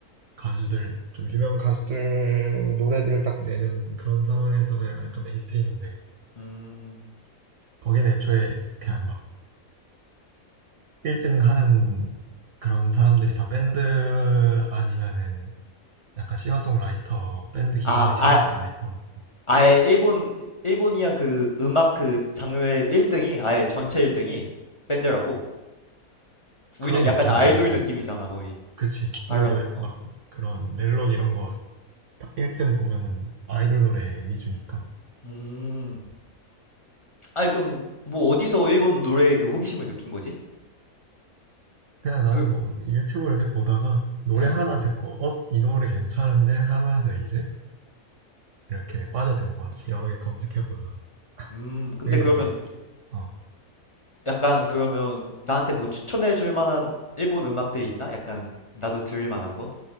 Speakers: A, on the right (about 65°); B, on the left (about 30°).
A: 가수들, 좀 유명 가수들 노래들을 딱 내는 그런 상황에서 그냥 약간 메인 스트림인데,
B: 음.
A: 거기는 애초에 그냥 막 1등 하는 그런 사람들이 다 밴드 아니면은 약간 싱어송라이터, 밴드 기반의
B: 아,
A: 싱어송라이터
B: 아, 아예 일본 일본이랑 그 음악 그 장르의 1등이 아예 전체 1등이 밴드라고 우리는
A: 그런
B: 약간
A: 느낌이지
B: 아이돌
A: 요즘.
B: 느낌이잖아 거의
A: 그치.
B: 발라드
A: 우리 뭐
B: 어.
A: 막 그런 멜론 이런 거 1등 보면은 아이돌 노래 위주니까.
B: 음. 아니 그럼 뭐 어디서 일본 노래에 그 호기심을 느낀 거지?
A: 그냥 나는
B: 그
A: 뭐 유튜브 이렇게 보다가 노래
B: 야.
A: 하나 듣고 어? 이 노래 괜찮은데? 하면서 이제 이렇게 빠져든 거지. 여러 개 검색해 보다가.
B: 음. 근데
A: 그게
B: 그러면
A: 이제 어.
B: 약간 그러면 나한테 뭐 추천해 줄 만한 일본 음악들 있나? 약간 나도 들을 만한 거?